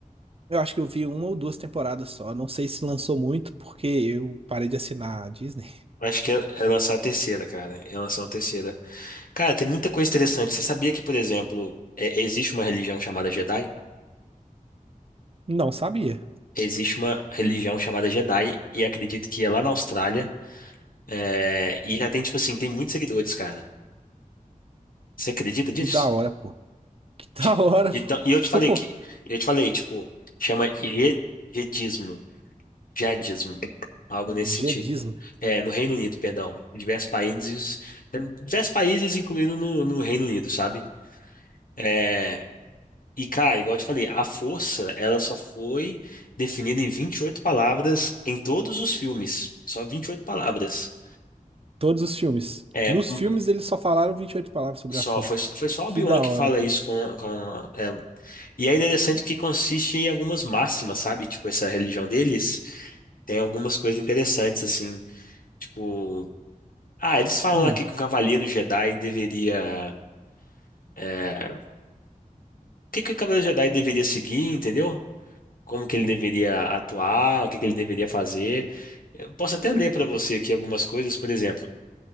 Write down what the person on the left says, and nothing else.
Acho que é, é lançar a terceira, cara. É lançar a terceira. Cara, tem muita coisa interessante. Você sabia que, por exemplo, é- existe uma religião chamada Jedi?
Existe uma religião chamada Jedi, e acredito que é lá na Austrália. é, e já tem, tipo assim, tem muitos seguidores, cara. Você acredita disso?
De-
de
tão- e eu te falei
que,
eu te falei, tipo, chama ie- jedismo, jihadismo, algo nesse
sentido. É, no Reino Unido, perdão. Em diversos países, em diversos países, incluindo no, no Reino Unido, sabe? É, e, cara, igual eu te falei, a força, ela só foi definida em 28 palavras em todos os filmes. Só 28 palavras.
É,
hum,
só,
foi, foi só
Obi-Wan
que
fala
isso com, com, é, E é interessante que consiste em algumas máximas, sabe? Tipo, essa religião deles tem algumas coisas interessantes, assim. Tipo, ah, eles falam
aqui que o cavaleiro Jedi deveria. é, o que que o cavaleiro Jedi deveria seguir, entendeu? Como que ele deveria atuar, o que que ele deveria fazer. Eu posso até ler para você aqui algumas coisas, por exemplo.